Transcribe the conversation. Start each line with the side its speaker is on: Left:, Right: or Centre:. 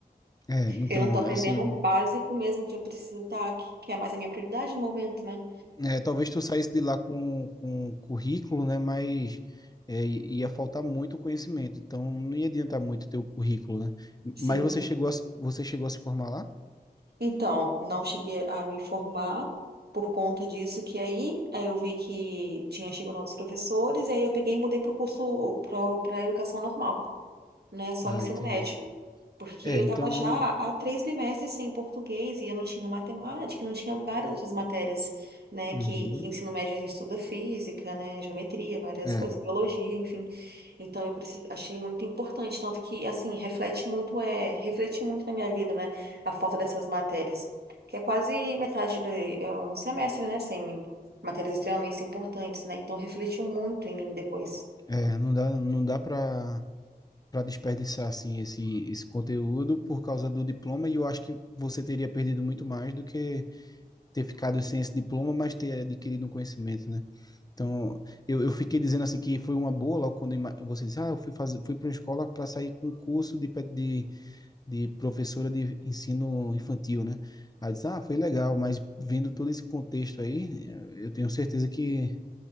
Left: É, então,
Right: Eu não tô aprendendo
Left: assim,
Right: o básico mesmo que eu preciso estar, que que é mais a minha prioridade no momento, né?
Left: é, talvez tu saísse de lá com, com currículo, né? Mas é, ia faltar muito conhecimento. Então, não ia adiantar muito ter o currículo, né? Mas
Right: Sim,
Left: você chegou a, se- você chegou a se formar lá?
Right: Então, não cheguei a me informar por conta disso, que aí, aí eu vi que tinha chegado novos professores, e aí eu peguei e mudei para o curso para a educação normal né? Só
Left: Ah,
Right: ensino
Left: entendi.
Right: médio. Porque
Left: É,
Right: eu
Left: então.
Right: estava já há três bimestres sem português e eu não tinha matemática, não tinha várias outras matérias, né?
Left: uhum.
Right: Que em ensino médio a gente estuda física, né? Geometria, várias
Left: É,
Right: coisas, biologia, enfim. Então eu preci- achei muito importante, tanto que assim reflete muito é reflete muito na minha vida, né? A falta dessas matérias, que é quase metade do é um semestre, né? Sem matérias extremamente importantes, né? Então refletiu muito em mim depois.
Left: é, não dá, não dá pra. para desperdiçar assim esse, esse conteúdo por causa do diploma e eu acho que você teria perdido muito mais do que ter ficado sem esse diploma, mas ter adquirido um conhecimento, né? Então, eu, eu fiquei dizendo assim que foi uma boa logo quando ima- você disse, ah, eu fui fazer, fui para uma escola para sair com um curso de, pe- de, de professora de ensino infantil, né? Aí eu disse, ah, foi legal, mas vendo todo esse contexto aí, eu tenho certeza que,